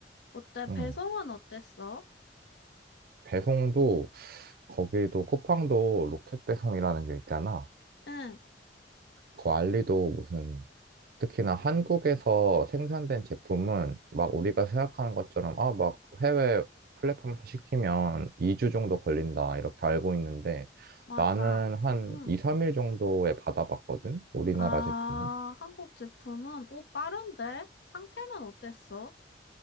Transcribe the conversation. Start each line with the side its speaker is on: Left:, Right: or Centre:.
Left: 어때?
Right: 응.
Left: 배송은 어땠어?
Right: 배송도 거기도 쿠팡도 로켓 배송이라는 게 있잖아.
Left: 응,
Right: 그 알리도 무슨 특히나 한국에서 생산된 제품은 막 우리가 생각하는 것처럼 아 막 해외 플랫폼에서 시키면 2주 정도 걸린다 이렇게 알고 있는데
Left: 맞아.
Right: 나는 한
Left: 응.
Right: 2, 3일 정도에 받아봤거든. 우리나라
Left: 아,
Right: 제품은.
Left: 한국 제품은, 오, 빠른데? 상태는 어땠어?